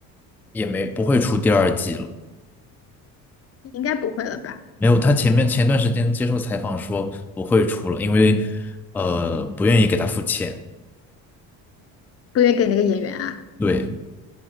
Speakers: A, in the centre; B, on the left.
A: 也没不会出第二季了。
B: 应该不会了吧？
A: 没有，他前面前段时间接受采访说不会出了，因为呃不愿意给他付钱。
B: 不愿意给那个演员啊？
A: 对，